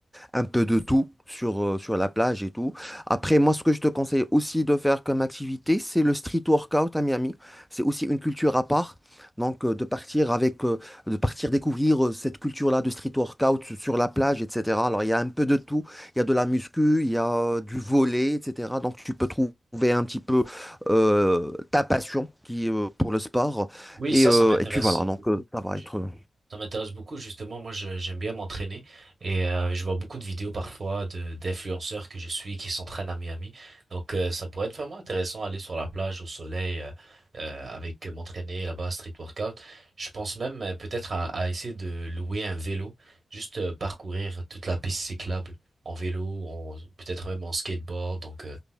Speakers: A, in the centre; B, on the right.
A: un peu de tout sur, euh, sur la plage et tout. Après, moi, ce que je te conseille aussi de faire comme activité, c'est le street workout à Miami c'est aussi une culture à part. Donc, euh, de partir avec, euh, de partir découvrir euh, cette culture-là de street workout su- sur la plage, etc. Alors, il y a un peu de tout. Il y a de la muscu, il y a euh, du volley, etc. Donc, tu peux trouver un petit peu euh, ta passion qui, euh, pour le sport.
B: Oui,
A: Et,
B: ça,
A: euh,
B: ça m'intéresse
A: et puis voilà, donc
B: beaucoup.
A: euh, ça va
B: Ju-
A: être. euh,
B: Ça m'intéresse beaucoup, justement. Moi, je- j'aime bien m'entraîner et euh, je vois beaucoup de vidéos parfois de d'influenceurs que je suis qui s'entraînent à Miami. Donc, euh, ça pourrait être vraiment intéressant aller sur la plage au soleil euh, euh, avec euh, m'entraîner là-bas, street workout. Je pense même euh, peut-être à, à essayer de louer un vélo, juste euh, parcourir toute la piste cyclable en vélo, en- peut-être même en skateboard. Donc, euh,